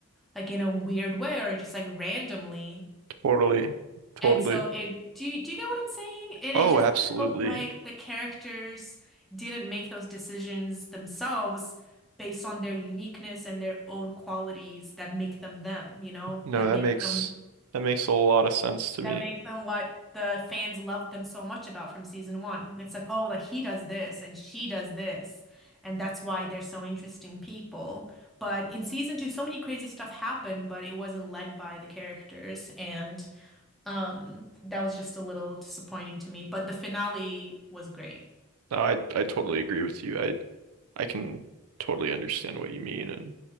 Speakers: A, in the centre; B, on the right.
A: like in a weird way or just like randomly
B: Totally, totally.
A: and so it do you do you get what I'm saying? And
B: Oh,
A: it just
B: absolutely.
A: felt like the characters didn't make those decisions themselves based on their uniqueness and their own qualities that make them them, you know,
B: No,
A: that
B: that
A: make
B: makes
A: them
B: that makes a lot of sense to me.
A: that make them what the fans loved them so much about from season one. It's like, oh, like he does this and she does this, and that's why they're so interesting people. But in season two, so many crazy stuff happened, but it wasn't led by the characters and um, that was just a little disappointing to me, but the finale was great.
B: No, I I totally agree with you. I I can totally understand what you mean and